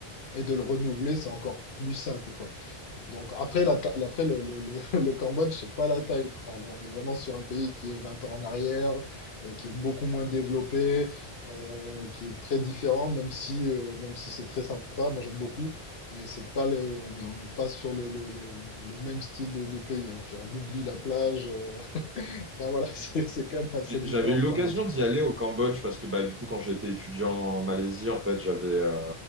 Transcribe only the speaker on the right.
J'avais eu
l'occasion
d'y aller au Cambodge parce que bah, du coup, quand j'étais étudiant en Malaisie, en fait, j'avais, euh,